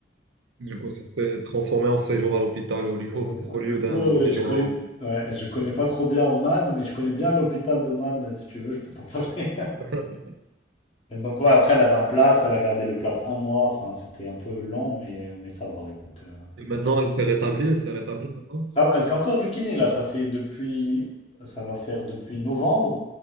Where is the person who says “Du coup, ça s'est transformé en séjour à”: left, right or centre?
Right